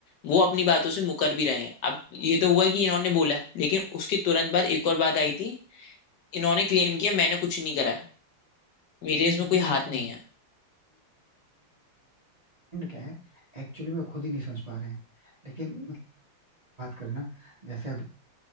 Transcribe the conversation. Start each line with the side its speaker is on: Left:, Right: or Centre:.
Left: वो अपनी बातों से मुकर भी रहे हैं अब ये तो हुआ कि इन्होंने बोला लेकिन उसके तुरंत बाद एक और बात आई थी इन्होंने क्लेम किया मैंने कुछ नहीं करा है मेरे
Right: ये
Left: इसमें कोई हाथ
Right: कौन?
Left: नहीं है
Right: हैं एक्टर हैं लेकिन ना जैसे